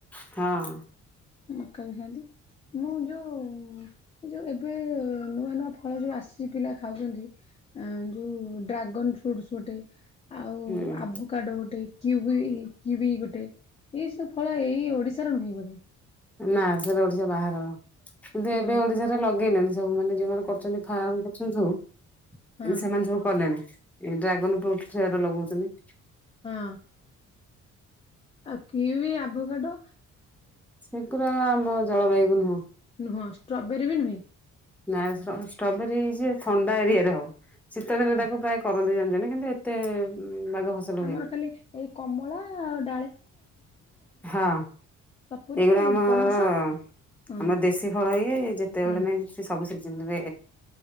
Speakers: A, in the centre; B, on the left.
A: ହଁ।
B: ମକା ବି ଖାଆନ୍ତି। ମୁଁ ଯୋଉ ଏ ଯୋଉ ଏବେ-ଏ-ଏ ନୂଆ ନୂଆ ଫଳ ଯୋଉ ଆସିଛି ପିଲା ଖାଉଛନ୍ତି ଯୋଉ ଡ୍ରାଗନ ଫ୍ରୁଟ୍ସ ଗୋଟେ ଆଉ
A: ହୁଁ
B: ଆଭୋ କାଡୋ ଗୋଟେ, କିୱି କିୱି ଗୋଟେ। ଏଇସବୁ ଫଳ ଏଇ ଓଡିଶାର ନୁହେଁ ବୋଧେ
A: ନା ସେଟା ଓଡିଶା ବାହାରର। କିନ୍ତୁ
B: ହଁ
A: ଏବେ ଓଡିଶାରେ ଲଗେଇଲେଣି। ସବୁ ମାନେ ଯୋଉମାନେ କରୁଛନ୍ତି ଫାର୍ମ କରୁଛନ୍ତି ସବୁ
B: ହଁ
A: ଏନ୍ ସେମାନେ ସବୁ କଲେଣି। ଏଇ ଡ୍ରାଗନ ଫ୍ରୁଟ୍ ଚେର ଲଗଉଛନ୍ତି।
B: ହଁ। ଆଉ କିୱି ଆଭୋ କାଡୋ
A: ସେଗୁରା-ଆ ଆମ ଜଳବାୟୁ କୁ ନୁହଁ।
B: ନୁହଁ ଷ୍ଟ୍ରବେରୀ ବି ନୁହେଁ।
A: ନା ଷ୍ଟ ଷ୍ଟ୍ରବେରୀ ଇ-ଇ ଯେ ଥଣ୍ଡା ଏରିଆରେ ହବ। ଶୀତଦିନରେ
B: ହଁ
A: ତାକୁ ପ୍ରାୟ କରନ୍ତି ଜାଣିଚ୍ ନାଇ କିନ୍ତୁ ଏତେ ବାଗ ଫସଲ ହୁଏନି।
B: ଆମର ଖାଲି ଏଇ କମଳା-ଆ-ଆ-ଆ
A: ହଁ
B: ସପୁରୀ
A: ଏଗୁଡା ଆମ-ମ-ମର
B: ପଣସ ହଁ
A: ଆମର ଦେଶୀ ଫଳ ଇଏ ଯେତେବେଳେ
B: ହୁଁ
A: ନାଇଁ ସବୁ ଶିଜ୍ ଜନ୍ ବେ